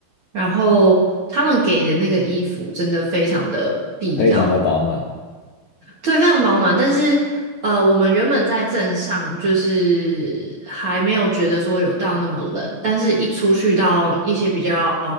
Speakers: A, on the right (about 75°); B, on the left (about 80°).
A: 然后他们给的那个衣服真的非常的必要。
B: 非常的保暖哦。
A: 对，非常保暖。但是，呃，我们原本在镇上，就是还没有觉得说有到那么冷，但是一出去到一些比较，